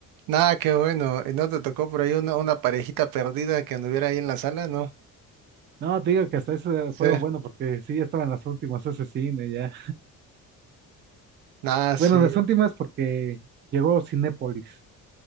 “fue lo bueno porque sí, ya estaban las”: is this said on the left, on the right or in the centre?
Right